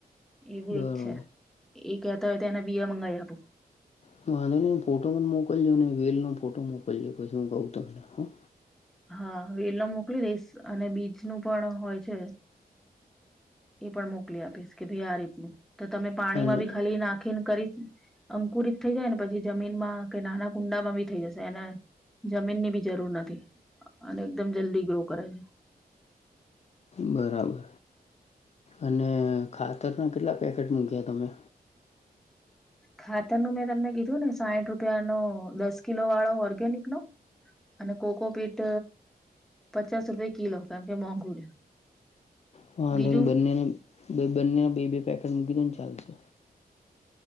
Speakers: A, in the centre; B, on the left (about 45°).
A: એવું
B: બરોબર
A: એક છે એ કહેતા હોય તો એના બીયા મંગા આપું
B: હ વાંધો નને ફોટો પણ મોકલજો ને વેલનો ફોટો મોકલજો પછી હું કહું તમને હા
A: હા વેલો મોકલી દઈશ અને બીજ નું પણ હોય છે એ પણ મોકલી આપીશ કે ભાઈ આ રીતનું તો તમે પાણીમાં
B: અને
A: બી ખાલી નાખીને કરીશ અંકુરિત થઈ જાય ને પછી જમીનમાં કે નાના કુંડામાં બી થઈ જશે અનેને જમીન ની બી જરૂર નથી અને એકદમ જલ્દી ગ્રો કરે છે
B: બરાબર અને ખાતરના કેટલા પેકેટ મૂક્યા તમે
A: ખાતર નું મેં તમને કીધું ને સાઠ રૂપિયા નો દસ કિલો વાળો ઓર્ગેનિક નો અને કોકોપીટ પચાસ રૂપે કિલો કેમ કે મોંઘુ છે
B: હ વાંધોની
A: બીજું
B: બંને બે બંને બે બે પેકેટ મૂકી દો ને ચાલશે